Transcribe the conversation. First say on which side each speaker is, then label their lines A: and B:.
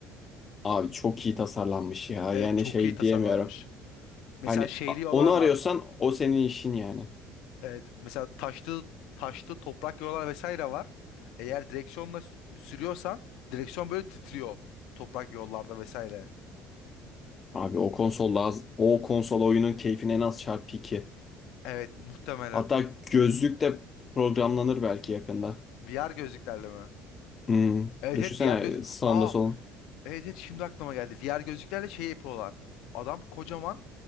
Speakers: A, on the left (about 30°); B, on the left (about 75°).
A: Abi çok iyi tasarlanmış ya
B: Evet
A: yani
B: çok
A: şey
B: iyi tasarlanmış.
A: diyemiyorum.
B: Mesela
A: Hani
B: şeyli
A: a-
B: yollar
A: onu arıyorsan
B: var.
A: o senin işin yani.
B: Evet. Mesela taşlı taşlı toprak yollar vesaire var. Eğer direksiyonla sü- sürüyorsan direksiyon böyle titriyor toprak yollarda vesaire.
A: Abi o konsol laz o konsol oyunun keyfine en az çarpı 2.
B: Evet muhtemelen.
A: Hatta gözlük de programlanır belki yakında.
B: VR gözlüklerle mi?
A: Hmm.
B: Evet
A: Düşünsene
B: evet VR göz.
A: sağında
B: Aa
A: solun.
B: evet evet şimdi aklıma geldi. VR gözlüklerle şey yapıyorlar. Adam kocaman